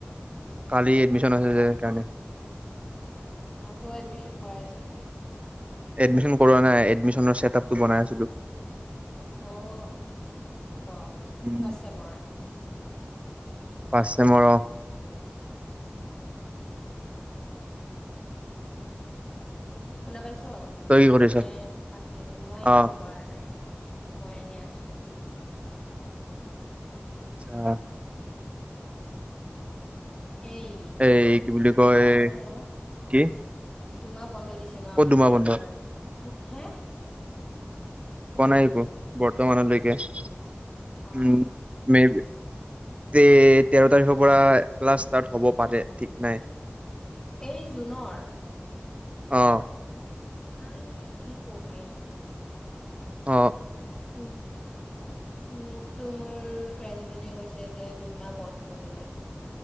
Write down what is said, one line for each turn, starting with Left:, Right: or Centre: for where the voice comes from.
Right: কালি এডমিচন আছে যে সেইকাৰণে
Left: অঁ তই এডমিচন কৰাই আছ নেকি
Right: এডমিচন কৰোৱা নাই এডমিচনৰ ছেক আপটো বনাই আছিলো
Left: অঁ অঁ, আপাৰ
Right: উম।
Left: আসামৰ
Right: ফাৰ্ষ্ট চেমৰ অ',
Left: শুনা পাইছো
Right: তই কি কৰিছ?
Left: নে কাটি আছো মই
Right: অ',
Left: একো কৰোৱা নাই মই এনেই আছো
Right: অঁ আছা
Left: এই
Right: এই
Left: দু
Right: কি বুলি কয়
Left: দুমাহ বন্ধ ন
Right: কি
Left: দুমাহ বন্ধ দিছে ন
Right: ক'ত
Left: আমাৰ
Right: দুমাহ
Left: কলেজৰ
Right: বন্ধ?
Left: পৰা হাঁ
Right: কোৱা নাই একো বৰ্তমানলৈকে উম
Left: অ
Right: ম যে তেৰ তাৰিখৰ পৰা ক্লাছ ষ্টাৰ্ট হ'ব পাৰে ঠিক নাই
Left: এই জুনৰ
Right: আঁ
Left: হাই কি ক ভাই
Right: অঁ
Left: উম মোকতো মোৰ ফ্ৰেণ্ড জনে কৈছে যে দুইমাহ বন্ধ বোলে